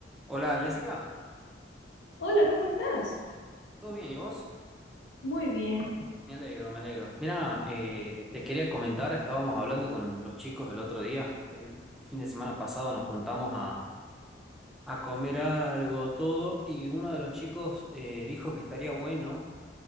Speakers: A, in the centre; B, on the left.
A: Hola Jessica,
B: Hola, ¿cómo estás?
A: ¿todo bien? ¿Y vos?
B: Muy bien.
A: Me alegro, me alegro. Mira, eh, te quería comentar, estábamos hablando con los chicos el otro día, el fin de semana pasado nos juntamos a, a comer algo, todo, y uno de los chicos eh, dijo que estaría bueno